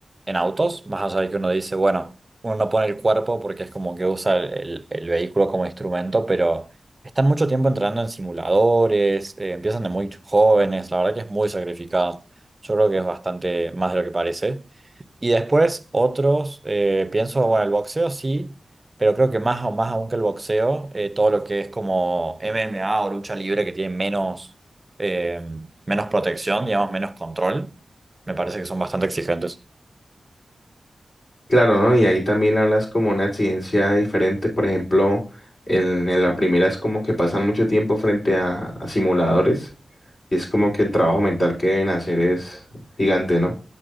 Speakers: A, on the right; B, on the left.
A: en autos, más allá de que uno dice, bueno, uno no pone el cuerpo porque es como que usa el, el- el vehículo como instrumento, pero están mucho tiempo entrenando en simuladores, eh, empiezan de muy jóvenes, la verdad que es muy sacrificado. Yo creo que es bastante más de lo que parece. Y después otros, eh, pienso, bueno, el boxeo sí, pero creo que más, o más aún que el boxeo, eh, todo lo que es como MMA o lucha libre que tiene menos, eh, menos protección, digamos, menos control, me parece que son bastante exigentes.
B: Claro, ¿no? Y ahí también hablas como una exigencia diferente. Por ejemplo, en, en la primera es como que pasan mucho tiempo frente a, a simuladores y es como que el trabajo mental que deben hacer es gigante, ¿no?